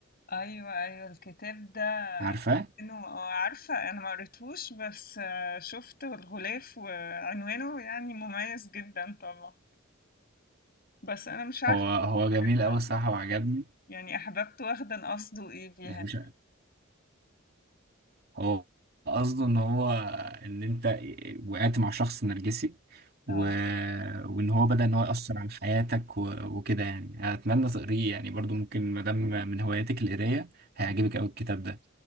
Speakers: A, on the left; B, on the right.
A: أيوه، أيوه الكتاب ده
B: عارفاه
A: عنوانه آه عارفة أنا ما قريتهوش بس آه، شفت الغلاف وعنوانه يعني مميز جدا طبعا بس أنا مش عارفة
B: هو هو
A: هو بيتكلم
B: جميل قوي
A: عن
B: الصراحه
A: إيه
B: وعجبني
A: يعني أحببت واخدة قصده إيه بيها
B: يعني
A: أنا.
B: مش هو قصده ان هو ان انت وقعت مع شخص نرجسي و...
A: آه
B: وان هو بدأ ان هو يأثر على حياتك و... وكده يعني اتمنى تقريه يعني برضو ممكن ما دام من هواياتك القرايه هيعجبك
A: مهم.
B: قوي الكتاب ده